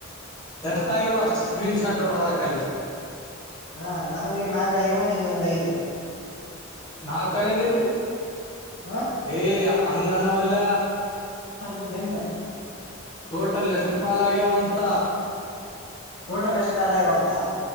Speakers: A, on the left; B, on the left.
A: ಹ
B: ಎಷ್ಟಾಗ್ಯಾವ ಅಷ್ಟು ಸ್ಕ್ರೀನ್ ಶಾಟ್ ಹೊಡದ ಹಾಕಲ್ಲಿ
A: ಹಾ ನನಗ ಈಗ ನಾಲ್ಕಗವ ನಿಂದ ಒಂದ್ ಐದು
B: ನಾಕ್ ಅಗೆದಿಲ್ಲ
A: ಹ
B: ಏ ಅಂಗನಾವಲ್ಲ.
A: ಹ ಮದ್ದೆ ಹೆಂಗಾ
B: ಟೋಟಲ್ ಎಷ್ಟು ಕಾಲ್ ಆಗ್ಯಾವ ಅಂತ
A: ಟೋಟಲ್ ಎಷ್ಟು ಕಾಲ ಆಗ್ಯವಂತ